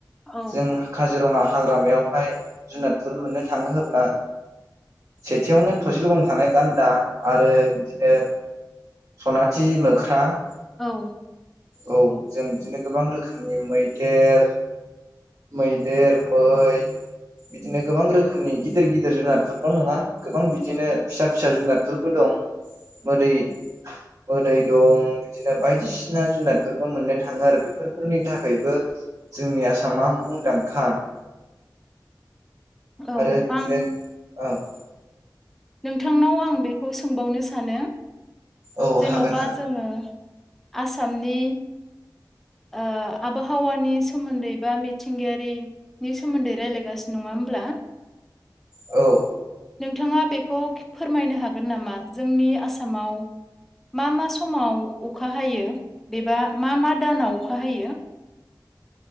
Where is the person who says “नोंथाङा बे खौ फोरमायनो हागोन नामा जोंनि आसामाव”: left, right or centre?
Centre